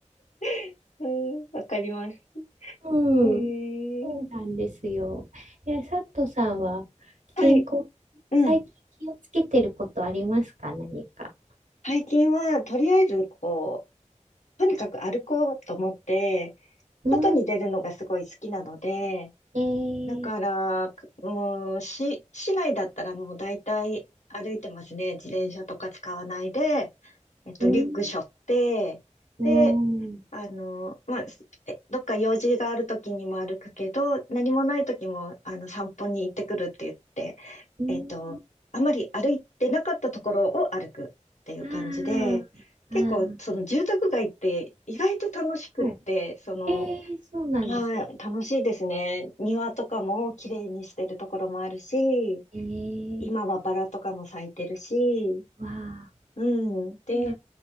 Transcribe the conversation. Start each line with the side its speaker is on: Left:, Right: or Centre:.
Left: <laughs> うん、わかります。
Right: うん。
Left: ええ
Right: そうなんですよ。え、佐藤さんは健康、
Left: はい、うん。
Right: 最近気をつけてることありますか何か。
Left: 最近は、とりあえず、こう、とにかく歩こうと思って、
Right: うん。
Left: 外に出るのがすごい好きなので、
Right: えー、
Left: だから、うん、し、市内だったらもう大体歩いてますね。自転車とか使わないで、えっと、
Right: うん。
Left: リュック背負って、
Right: お
Left: で、
Right: ー。
Left: あの、まあ、すえどっか用事がある時にも歩くけど、何もない時も、あの、散歩に行ってくるって言って、
Right: うん。
Left: えっと、あまり歩いてなかったところを歩くっていう感じで、
Right: あ
Left: 結構、
Right: あ。あ
Left: その住宅街って意外と楽しくって、
Right: あ。はい。
Left: その、
Right: えー、そうなんですね。
Left: はい、楽しいですね。庭とかも綺麗にしてるところもあるし、
Right: えー、
Left: 今はバラとかも咲いてるし、
Right: わあ。
Left: うん。で、
Right: そうなん